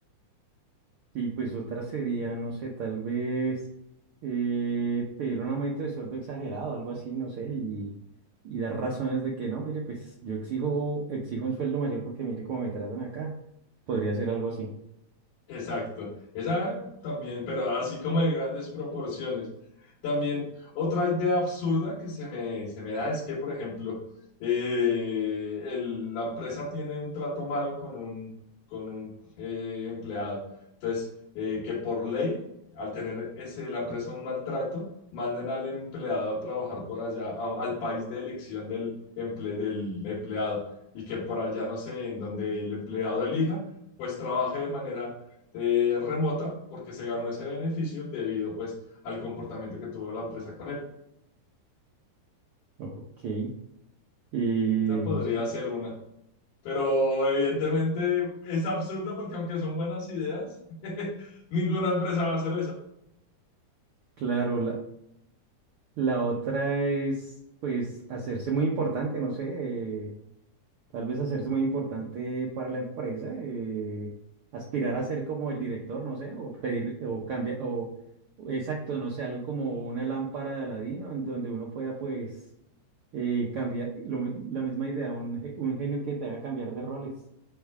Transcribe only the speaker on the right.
Y pues otra sería, no sé, tal vez eh, pedir un aumento de sueldo exagerado, algo así, no sé, y, y dar razones de que no, mire, pues yo exijo, exijo un sueldo mayor porque mire cómo me tratan acá. Podría ser algo así.
Ok. Y
no
sé.
Claro, La otra es, pues, hacerse muy importante, no sé, eh, tal vez hacerse muy importante para la empresa, eh, aspirar a ser como el director, no sé, o pedir, o cambiar, o o exacto, no sé, algo como una lámpara de Aladino, en donde uno pueda, pues, eh, cambiar, lo mi- la misma idea, un, ge- un genio que te haga cambiar de roles.